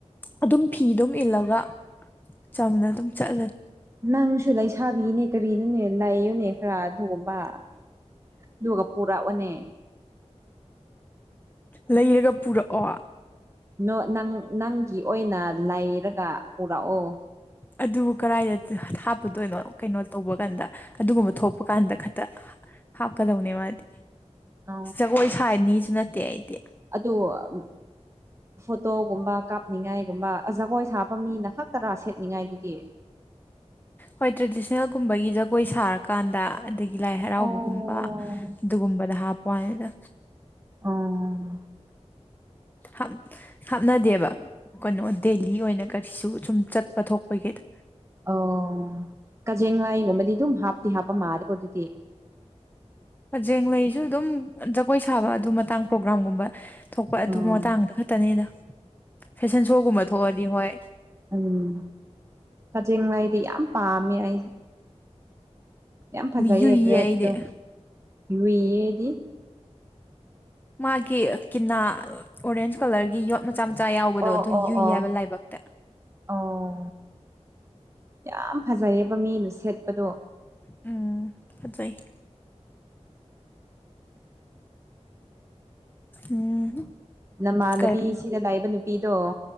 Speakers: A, on the left; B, on the right.
A: ꯑꯗꯨꯝ ꯐꯤ ꯑꯗꯨꯝ ꯏꯜꯂꯒ ꯆꯝꯅ ꯑꯗꯨꯝ ꯆꯠꯂꯅꯤ꯫
B: ꯅꯪꯁꯨ ꯂꯩꯁꯥꯕꯤꯅꯦ ꯀꯔꯤꯅꯣꯅꯦ ꯂꯩꯌꯨꯅꯦ ꯈꯔ ꯑꯗꯨꯒꯨꯝꯕ ꯑꯗꯨꯒ ꯄꯨꯔꯛꯑꯣꯅꯦ꯫
A: ꯂꯩꯔꯒ ꯄꯨꯔꯛꯑꯣ꯫
B: ꯅꯣ ꯅꯪꯒꯤ ꯑꯣꯏꯅ ꯂꯩꯔꯒ ꯄꯨꯔꯛꯑꯣ꯫
A: ꯑꯗꯨꯕꯨ ꯀꯔꯥꯏꯗ ꯍꯥꯞꯄꯨꯗꯣꯏꯅꯣ ꯀꯩꯅꯣ ꯇꯧꯕ ꯀꯥꯟꯗ ꯑꯗꯨꯒꯨꯝꯕ ꯊꯣꯛꯄ ꯀꯥꯟꯗ ꯈꯛꯇ ꯍꯥꯞꯀꯗꯧꯅꯦ ꯃꯥꯗꯤ
B: ꯑ
A: ꯖꯒꯣꯏ ꯁꯥꯅꯤꯁꯨ ꯅꯠꯇꯦ ꯑꯩꯗꯤ꯫
B: ꯑꯗꯨ ꯑꯥ ꯐꯣꯇꯣꯒꯨꯝꯕ ꯀꯥꯞꯅꯤꯡꯉꯥꯏꯒꯨꯝꯕ ꯖꯒꯣꯏ ꯁꯥꯕ ꯃꯤꯅ ꯈꯛꯇꯔꯥ ꯁꯦꯠꯅꯤꯡꯉꯥꯏꯗꯨꯗꯤ?
A: ꯍꯣꯏ ꯇ꯭ꯔꯦꯗꯤꯁꯅꯦꯜꯒꯨꯝꯕꯒꯤ ꯖꯒꯣꯏ ꯁꯥꯔꯀꯥꯟꯗ ꯑꯗꯒꯤ ꯂꯥꯏ ꯍꯔꯥꯎꯕꯒꯨꯝꯕ
B: ꯑꯥ
A: ꯑꯗꯨꯒꯨꯝꯕꯗ ꯍꯥꯞꯄꯋꯥꯅꯤꯗ꯫
B: ꯑꯥ
A: ꯍꯥꯞ ꯍꯥꯞꯅꯗꯦꯕ꯫ ꯀꯩꯅꯣ ꯗꯦꯂꯤ ꯑꯣꯏꯅ ꯀꯔꯤꯁꯨ ꯁꯨꯝ ꯆꯠꯄ ꯊꯣꯛꯄꯒꯤꯗꯣ꯫
B: ꯑꯧ ꯀꯖꯦꯡ ꯂꯩꯒꯨꯝꯕꯗꯤ ꯑꯗꯨꯝ ꯍꯥꯞꯇꯤ ꯍꯥꯞꯄ ꯃꯥꯂꯦꯀꯣ ꯑꯗꯨꯗꯤ꯫
A: ꯀꯖꯦꯡ ꯂꯩꯁꯨ ꯑꯗꯨꯝ ꯖꯒꯣꯏ ꯁꯥꯕ ꯑꯗꯨ ꯃꯇꯥꯡ ꯄ꯭ꯔꯣꯒ꯭ꯔꯥꯝꯒꯨꯝꯕ ꯊꯣꯛꯄ ꯑꯗꯨ
B: ꯎꯝ
A: ꯃꯇꯥꯡꯗ ꯈꯛꯇꯅꯤꯗ, ꯐꯦꯁꯟ ꯁꯣꯒꯨꯝꯕ ꯊꯣꯛꯑꯗꯤ ꯍꯣꯏ꯫
B: ꯑꯗꯨꯅꯤ ꯀꯖꯦꯡ ꯂꯩꯗꯤ ꯌꯥꯝ ꯄꯥꯝꯃꯦ ꯑꯩ꯫ ꯌꯥꯝ ꯐꯖꯩꯌꯦ
A: ꯌꯨꯏꯌꯦ
B: ꯔ꯭ꯔꯦꯠꯇꯣ
A: ꯑꯩꯗꯤ
B: ꯌꯨꯏꯌꯦꯗꯤ꯫
A: ꯃꯥꯒꯤ ꯀꯅꯥ ꯑꯣꯔꯦꯟꯖ ꯀꯂꯔꯒꯤ ꯌꯣꯠ ꯃꯆꯥ ꯃꯆꯥ ꯌꯥꯎꯕꯗꯣ
B: ꯑꯣ
A: ꯑꯗꯨ
B: ꯑꯣ
A: ꯌꯨꯏ
B: ꯑꯣ
A: ꯍꯥꯏꯕ ꯂꯥꯏꯕꯛꯇ꯫
B: ꯑꯣ ꯌꯥꯝ ꯐꯖꯩꯌꯦꯕ ꯃꯤꯅ ꯁꯦꯠꯄꯗꯣ꯫
A: ꯎꯝ ꯐꯖꯩ꯫ ꯎꯝ
B: ꯅꯃꯥꯟꯅꯕꯤ
A: ꯀꯔꯤ
B: ꯁꯤꯗ ꯂꯩꯕ ꯅꯨꯄꯤꯗꯣ꯫